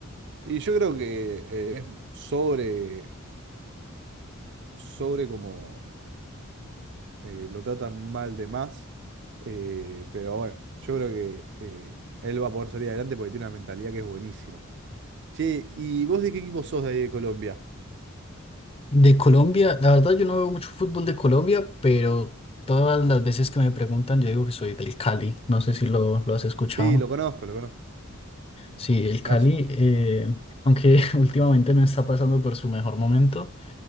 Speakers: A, on the right; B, on the left.
A: Y yo creo que eh, es sobre, sobre como eh, lo tratan mal de más. eh, pero bueno, yo creo que eh, él va a poder salir adelante porque tiene una mentalidad que es buenísima. Che, ¿y vos de qué equipo sos de ahí de Colombia?
B: De Colombia, la verdad yo no veo mucho fútbol de Colombia, pero todas las veces que me preguntan yo digo que soy del Cali, no sé si lo, lo has escuchado.
A: Sí, lo conozco, lo conozco.
B: Sí,
A: Equipazo.
B: el Cali, eh, aunque <laughs> últimamente no está pasando por su mejor momento,